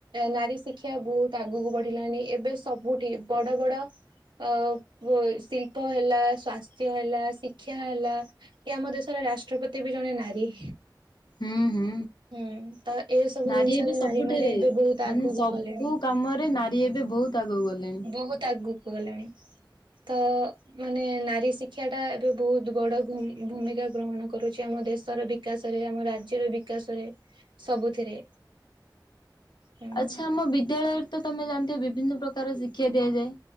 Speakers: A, on the right; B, on the left.
A: ନାରୀ ଶିକ୍ଷା ବହୁତ ଆଗକୁ ବଢିଲାଣି ଏବେ ସବୁଠି ବଡ଼ ବଡ଼ ଅ ପୁ ଶିଳ୍ପ ହେଲା, ସ୍ଵାସ୍ଥ୍ୟ ହେଲା, ଶିକ୍ଷା ହେଲା, କି ଆମ ଦେଶ ରେ ରାଷ୍ଟ୍ରପତି ବି ଜଣେ ନାରୀ।
B: ହୁଁ ହୁଁ।
A: ହୁଁ ତ ଏ ସବୁ
B: ନାରୀ
A: ଜିନିଷରେ
B: ଏବେ ସବୁଠାରେ
A: ନାରୀ ମାନେ ଏବେ ବହୁତ
B: ମାନେ
A: ଆଗକୁ
B: ସବୁ
A: ଗଲେଣି
B: କାମରେ ନାରୀ ଏବେ ବହୁତ ତୁ ଆଗକୁ ଗଲେଣି।
A: ବହୁତ ଆଗୁ ଗଲେଣି ତ ମାନେ ନାରୀ ଶିକ୍ଷା ଟା ଏବେ ବହୁତ ବଡ ଘୁମି ଭୂମି କା ଗ୍ରହଣ କରୁଛି ଆମ ଦେଶର ବିକାଶରେ, ଆମ ରାଜ୍ୟର ବିକାଶରେ ସବୁଥିରେ। ହୁଁ।
B: ଆଚ୍ଛା ଆମ ବିଦ୍ୟାଳୟରେ ତ ତମେ ଜାଣିଥିବ ବିଭିନ୍ନ ପ୍ରକାର ଶିକ୍ଷା ଦିଆଯାଏ।